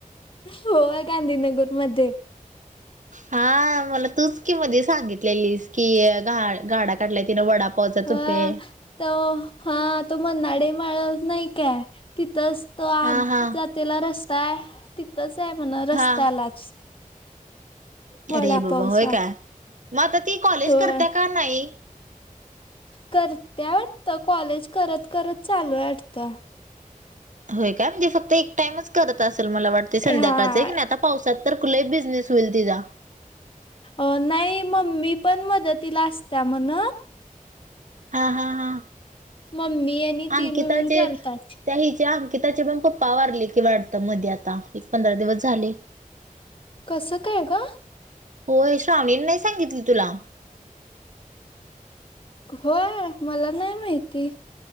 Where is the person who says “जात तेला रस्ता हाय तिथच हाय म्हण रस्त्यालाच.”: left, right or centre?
Left